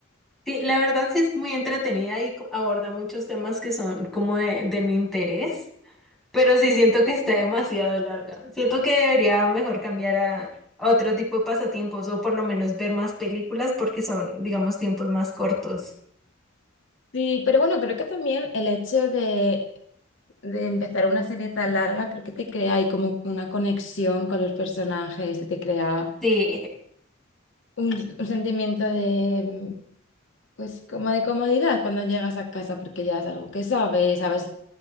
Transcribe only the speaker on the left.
Sí, pero bueno, creo que también el hecho de, de empezar una serie tan larga, creo que te crea ahí como una conexión con los personajes, y te crea
un, un sentimiento de, mm, pues, como de comodidad cuando llegas a casa, porque ya es algo que sabes, sabes